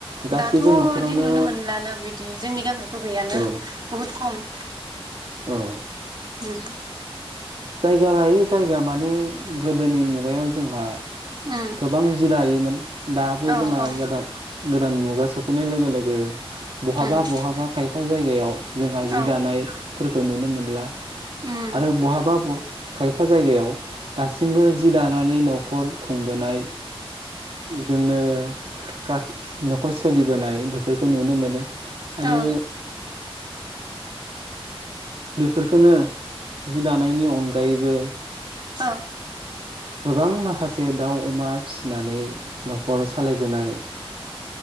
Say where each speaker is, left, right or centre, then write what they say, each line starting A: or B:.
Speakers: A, on the right; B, on the right.
A: गासैबो
B: दाथ'
A: न'खरावनो
B: इदि नुनो मोनलानो बिदि जोंनि गामियाव थ' गैयानो
A: औ
B: बुहुद खम
A: औ
B: ओम
A: जायगा लायै जायगा माने गोदोनि मुगायाव जोंहा
B: उम
A: गोबां जि दायोमोन दाबो
B: औ
A: जोंहा
B: औ
A: गोदान गोदान मुगा सफ नाय लोगो लोगो बहाबा
B: उम
A: बहाबा खायफा जायगायाव जोंहा
B: औ
A: जि दानाय फोरखौ नुनो मोनला।
B: उम
A: आरो बहाबा खायफा जायगायाव दासिमबो जि दानानै नखर खुंबोनाय इजोंनो गासै नखर सोलिबोनाय बेफोरखौ नुनो मोनो। आरो
B: औ
A: बेफोरखोनो जि दानायनि अनगायैबो
B: औ
A: गोबां माखासे दाउ अमा फिसिनानै नखर सालायबोनाय